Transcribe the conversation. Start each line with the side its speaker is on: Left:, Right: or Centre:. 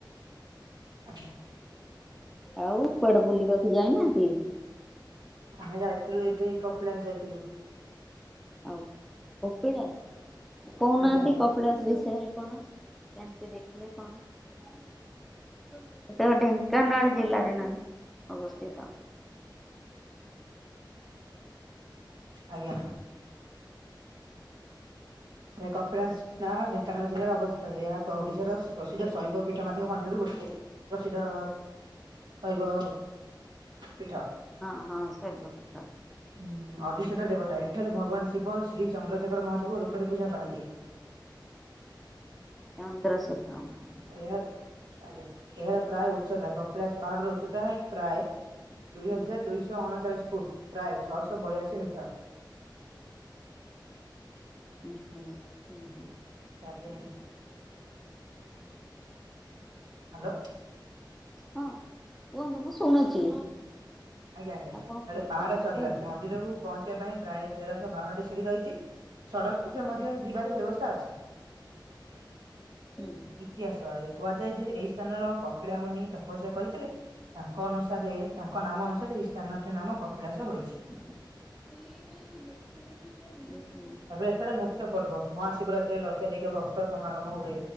Right: ଆଜ୍ଞା।
Centre: ଆଉ କୁଆଡେ ବୁଲିବାକୁ ଯାଇନାହାନ୍ତି?
Right: ଆମେ ଯାଇଥିଲୁ ଏବେ କପିଳାଶ ଯାଇଥିଲୁ।
Centre: ଆଉ କପିଳାସ କହୁନାହାନ୍ତି
Right: ଆଜ୍ଞା
Centre: କପିଳାସ ବିଷୟରେ କଣ? କେମିତି ଦେଖିଲେ କଣ? ଏତ ଢେଙ୍କାନାଳ ଜିଲ୍ଲାରେ ନାହିଁ ଅବସ୍ଥିତ।
Right: ଆଜ୍ଞା। ଏ କପିଳାସ। ନା ଢେଙ୍କାନାଳ ଜିଲ୍ଲାରେ ଅବସ୍ଥିତ ଏହା ଓଡିଶାର ପ୍ରସିଦ୍ଧ ଶୈବ ପୀଠ ମାନଙ୍କ ମଧ୍ୟରୁ ଗୋଟେ। ପ୍ରସିଦ୍ଧ ଶୈବ ପୀଠ।
Centre: ହଁ ହଁ ଶୈବ ପୀଠ।
Right: ହୁଁ ଅଧିଶତ ଦେବତା। ଏଠାରେ ଭଗବାନ ଶିବ ଶ୍ରୀ ଚନ୍ଦ୍ରଶେଖର ମହାଦେବ ରୂପରେ ପୂଜା ପାଆନ୍ତି।
Centre: ଚନ୍ଦ୍ରଶେଖର ହଁ।
Right: ଏହାର ଆଜ୍ଞା ଏହାର ପ୍ରାୟ ଉଚ୍ଚତା କପିଳାସ ପାହାଡର ଉଚ୍ଚତା ପ୍ରାୟ ଦୁଇ ହଜାର ଦୁଇଶହ ଅଣଚାଳିଶ ଫୁଟ୍ ପ୍ରାୟ ଛଅଶହ ବୟାଶୀ ମିଟର।
Centre: ହୁଁ ହୁଁ ହୁଁ ହୁଁ।
Right: ତାପରେ ହ୍ୟାଲୋ।
Centre: ହଁ କୁହନ୍ତୁ ମୁ ଶୁଣୁଛି।
Right: ଆଜ୍ଞା ଆଜ୍ଞା
Centre: ଆପଣ କୁହନ୍ତୁ
Right: ଆରେ ପାହାଡ
Centre: ହଁ
Right: ଚଢିବା
Centre: କୁହନ୍ତୁ।
Right: ମନ୍ଦିରକୁ ପହଞ୍ଚିବା ପାଇଁ ପ୍ରାୟ ତେରଶହ ବାଉନଟି ସିଡିି ରହିଛି। ସଡ଼କ ପଥ ମଧ୍ୟ ଯିବାର ବ୍ୟବସ୍ଥା ଅଛି। <unintelligible>
Centre: ହୁଁ
Right: ଇତିହାସ ଏ କୁହାଯାଏ ଯେ ଏଇ ସ୍ଥାନର କପିଳା ମୁୁନି ତପସ୍ୟା କରିଥିଲେ ତାଙ୍କ ଅନୁସାରେ ତାଙ୍କ ନାମ ଅନୁସାରେ ଏଇ ସ୍ଥାନଟି ନାମ କପିଳାସ ହୋଇଛି।
Centre: ଓ ହୁଁ।
Right: ତାପରେ ଏଥିରେ ମୁଖ୍ୟ ପର୍ବ ମହାଶିବରାତ୍ରି ରେ ଲକ୍ଷାଧିକ ଭ ସମାଗମ ହୁଏ